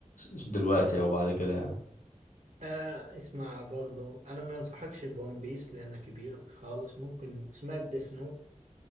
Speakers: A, on the left; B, on the right.
A: دلوقتي او بعد كده يعني
B: آه اسمع برضو أنا ما أنصحكش بون بيس لأنه كبير خالص ممكن سمعت ديث